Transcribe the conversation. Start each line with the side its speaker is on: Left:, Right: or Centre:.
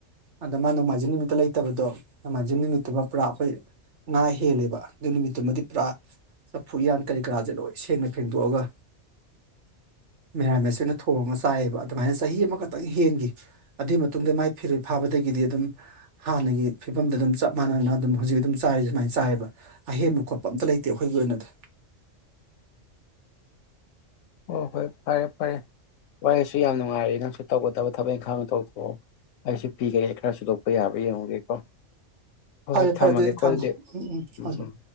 Right: ꯑꯗꯣ ꯃꯥ ꯅꯣꯡꯃꯥꯏꯖꯤꯡ ꯅꯨꯃꯤꯠꯇ ꯂꯩꯇꯕꯗꯣ ꯅꯣꯡꯃꯥꯏꯖꯤꯡ ꯅꯨꯃꯤꯠꯇꯨꯃ ꯄꯨꯔꯥ ꯑꯩꯈꯣꯏ ꯉꯥ ꯍꯦꯜꯂꯦꯕ ꯑꯗꯨ ꯅꯨꯃꯤꯇꯨꯃꯗꯤ ꯄꯨꯔꯥ ꯆꯐꯨ ꯎꯌꯥꯟ ꯀꯔꯤ ꯀꯔꯥꯁꯦ ꯂꯣꯏ ꯁꯦꯡꯅ ꯐꯦꯡꯗꯣꯛꯑꯒ ꯃꯦꯔꯥꯃꯦꯁ ꯑꯣꯏꯅ ꯊꯣꯡꯉ ꯆꯥꯏꯑꯦꯕ ꯑꯗꯨꯃꯥꯏꯅ ꯆꯍꯤ ꯑꯃꯈꯛꯇꯪ ꯍꯦꯟꯈꯤ ꯑꯗꯨꯢ ꯃꯇꯨꯡꯗ ꯃꯥꯏ ꯐꯤꯔꯣꯏ ꯐꯥꯕꯗꯒꯤꯗꯤ ꯑꯗꯨꯝ ꯍꯥꯟꯅꯒꯤ ꯐꯤꯕꯝꯗ ꯑꯗꯨꯝ ꯆꯞ ꯃꯥꯟꯅꯅ ꯑꯗꯨꯝ ꯍꯧꯖꯤꯛ ꯑꯗꯨꯝ ꯆꯥꯏꯌꯦ ꯁꯨꯃꯥꯏꯅ ꯆꯥꯏꯌꯦꯕ ꯑꯍꯦꯟꯕ ꯈꯣꯠꯄ ꯑꯝꯇ ꯂꯩꯇꯦ ꯑꯩꯈꯣꯏꯒꯤ ꯑꯣꯏꯅꯗꯤ
Left: ꯑꯣ ꯍꯣꯏ ꯐꯔꯦ ꯐꯔꯦ ꯋꯥꯔꯤꯁꯤ ꯌꯥꯝ ꯅꯨꯡꯉꯥꯏꯔꯤ ꯅꯪꯁꯨ ꯇꯧꯒꯗꯕ ꯊꯕꯛ ꯏꯪꯈꯥꯡ ꯇꯧꯊꯣꯛꯑꯣ ꯑꯩꯁꯨ ꯐꯤꯒꯩ ꯈꯔ ꯁꯨꯗꯣꯛꯄ ꯌꯥꯕ ꯌꯦꯡꯉꯨꯒꯦꯀꯣ ꯍꯣꯏ
Right: ꯐꯔꯦ
Left: ꯍꯣꯏ
Right: ꯐꯔꯦ
Left: ꯊꯝꯃꯒꯦꯀꯣ
Right: ꯊꯝꯃꯣ
Left: ꯑꯗꯨꯗꯤ
Right: ꯎꯝ
Left: ꯎꯝ
Right: ꯍꯣꯏ ꯍꯣꯏ
Left: ꯎꯝ